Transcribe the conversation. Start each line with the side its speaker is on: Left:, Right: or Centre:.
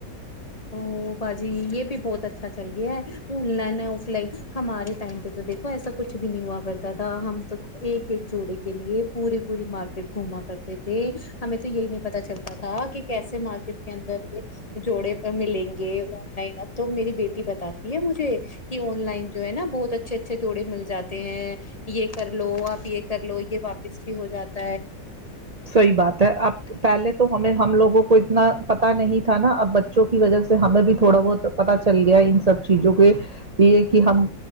Left: ا باجی یہ بھی بہت اچھا چل گیا ہے فون لائن ہے اف لائن ہمارے ٹائم پہ تو دیکھو ایسا کچھ بھی نہیں ہوا کرتا تھا ہم تو ایک ایک جوڑے کے لیے پورے پوری مارکیٹ گھما کرتے تھے ہمیں تو یہی نہیں پتتا چلتا تھا کہ کیسے مارکیٹ کے اندر یہ جوڑے ملیں گے آن لائن تو میری بیٹی بتاتی ہے مجھے کہ آن لائن جو ہے نا بہت اچھے اچھے جوڑے مل جاتے ہیں یہ کر لو آپ یہ کر لو یہ واپس بھی ہو جاتا ت
Right: سحیح بات ہے اب پہلے تو ہمیں ہم لوگوں کو اتنا پتا نہیں تھا نا اب بچوں کی وجہ سے ہمیں بھی تھوڑا بہت پتا چل گیا ان سب چیزوں کے یہ کہ ہم